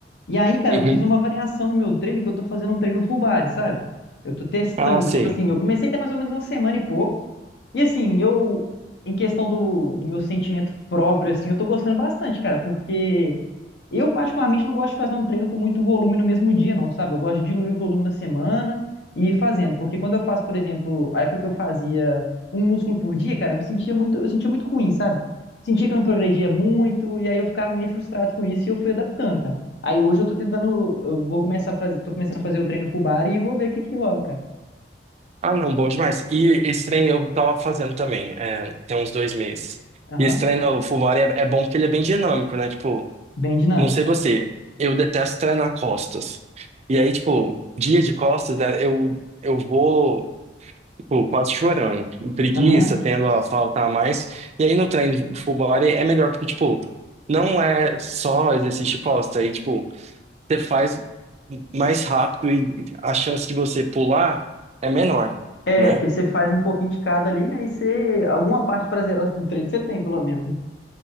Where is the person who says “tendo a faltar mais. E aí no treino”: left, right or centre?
Right